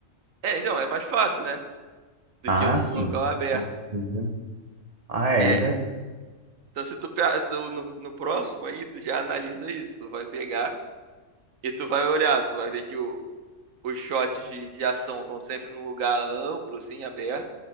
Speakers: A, on the right; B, on the right.
A: é, então, é mais fácil, né? Do
B: Ah,
A: que um local
B: sim,
A: aberto.
B: com certeza. Ah, é
A: É,
B: é verdade.
A: então se tu pe- no, no no próximo aí, tu já analisa isso, tu vai pegar. E tu vai olhar, tu vai ver que o, os shots de, de ação são sempre num lugar amplo, assim, aberto.